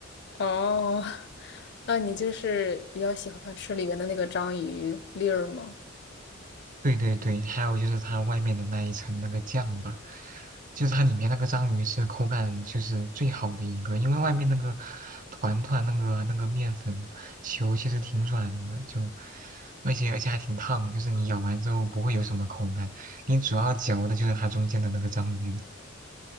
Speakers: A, on the left; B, on the right.
A: 哦，那你就是比较喜欢吃里面的那个章鱼粒儿吗？
B: 对对对，还有就是它外面的那一层那个酱吧，就是它里面那个章鱼是口感就是最好的一个，因为外面那个团团那个那个面粉球其实挺软的，就而且而且还挺烫，就是你咬完之后不会有什么口感，你主要嚼的就是它中间的那个章鱼。